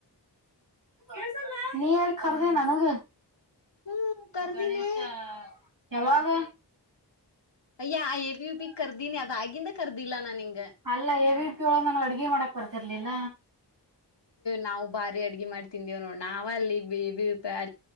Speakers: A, on the right (about 50°); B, on the left (about 80°).
A: ಲ್ಲ ನೀರದ ನಾನಗೆ
B: ಹ್ಮ್ ಕರ್ದಿನಿ
A: ಗಣೇಶ ಯಾವಾಗ
B: ಅಯ ಬಿ ಕರ್ದಿದಿನಿ ಆಗಿಂದ ಕರ್ದಿಲ್ಲಾ ನಾ ನಿಗೆ
A: ಅಲ್ಲ ವಿ ಯೊ ನನು ಅಡ್ಗೆ ಮಾಡಕ್ ಬರ್ತಿರ್ಲಿಲ್ಲ
B: ನಾವು ಭಾರಿ ಅಡ್ಗೆ ಮಾಡ್ತಿಂದೇವ್ ನೋ ನಾವ ಅಲ್ಲಿ ಬೇಬಿ ಅ